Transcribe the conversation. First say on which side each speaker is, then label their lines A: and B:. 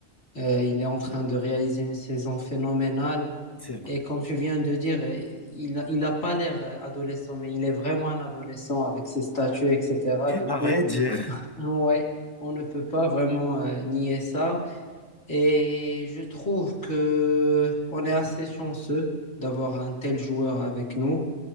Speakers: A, on the left (about 60°); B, on the left (about 25°).
A: Euh, il est en train de réaliser une saison phénoménale.
B: C'est vrai.
A: Et comme tu viens de dire, euh, il, a- il n'a pas l'air euh, adolescent, mais il est vraiment un adolescent avec ses statuts, etc. Du coup,
B: À vrai dire,
A: ouais, on ne peut pas vraiment euh, nier ça. Et je trouve que on est assez chanceux d'avoir un tel joueur avec nous